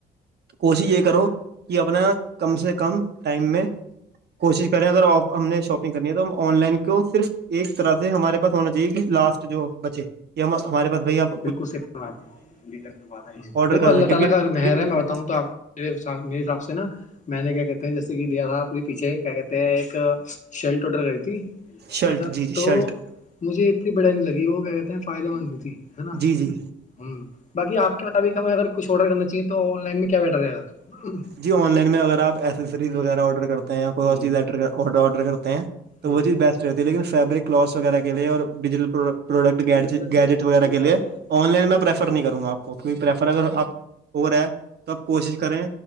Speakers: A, on the right (about 55°); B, on the left (about 35°).
A: کوشش یہ کرو کہ اپنا کم سے کم کم ٹائم میں کوشش کریں اگر آ ہم نے شاپنگ کرنی ہے تو ہم آن لائن کو صرف ایک طرح سے ہمارے پاس ہونا چاہیے کہ لاسٹ جو بچے ہمارے پاس بھائیپ
B: <unintelligible>
A: آڈر کر سکیں کیونکہ
B: میرے میرے حساب سے نا میں نے کیا کہتے ہیں جیسے کہ لیا تھا اپنے پیچھے کیا کہتے ہیں ایک شیلٹ ووٹر کری تھی
A: شرٹ
B: مط
A: جی جی
B: تو
A: شرٹ
B: مجھے اتنی بڑیا نہیں لگی وہ کیا کہتے ہیں فائدے مند بھی تھی ہے نا
A: جی جی
B: ہ باقی آپ متابق ہمیں اگر کچھ آرڈر کرنا چاہیے تو آن لائن میں کیا بیڈر رہے گ
A: جی آن لائن میں اگر آپ ایسریز وغیرہ آرڈر کرتے ہیں یا کوئی
B: ہ
A: اور چیزر آرڈر کرتے ہیں تو
B: ہ
A: وہ چیز بیسٹ رہتی ہے لیکن فیبرک کلاتھس وغیرہ کے لیے اور بجل پرو پروڈکٹ
B: اندر نا
A: گیجٹ
B: جو
A: وغیرہ
B: کول
A: کے
B: کر
A: لیے
B: رہا ہے
A: آن لائن میں پرفر نہیں کروں گا آپ کو کوئی پریفر اگر آپ ہو رہا ہے تو آپ کوشش کریں